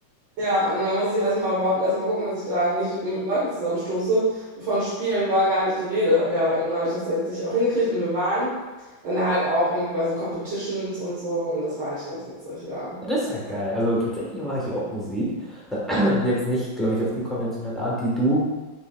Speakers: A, on the right (about 70°); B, in the centre.
A: Ja, und dann musste ich erstmal überhaupt erstmal gucken, dass ich da halt nicht mit Leuten zusammenstoße. Und von Spielen war gar nicht die Rede. Ja, aber irgendwann habe ich das letztlich auch hingekriegt und wir waren dann da halt auch irgendwie bei so Competitions und so und das war eigentlich ganz witzig, ja.
B: Das ist ja geil. Also tatsächlich mache ich auch Musik. <clears throat> Jetzt nicht, glaube ich, auf die konventionelle Art, die du